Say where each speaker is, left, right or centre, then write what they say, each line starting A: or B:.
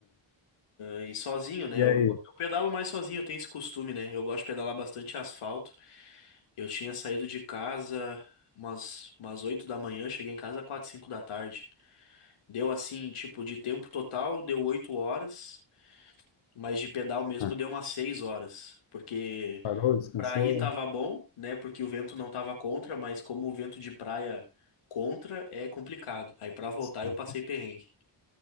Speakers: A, on the left (about 80°); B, on the left (about 65°).
A: E sozinho, né?
B: E
A: Eu,
B: aí?
A: eu pedalo mais sozinho, eu tenho esse costume, né? Eu gosto de pedalar bastante asfalto. Eu tinha saído de casa umas, umas 8 da manhã, cheguei em casa 4 5 da tarde. Deu assim, tipo, de tempo total, deu 8 horas. mas de pedal mesmo
B: Ah,
A: deu umas seis horas, porque
B: Parou, descansou?
A: pra ir tava bom, né? Porque o vento não tava contra, mas como o vento de praia contra é complicado. Aí pra voltar
B: Sim,
A: eu passei perrengue.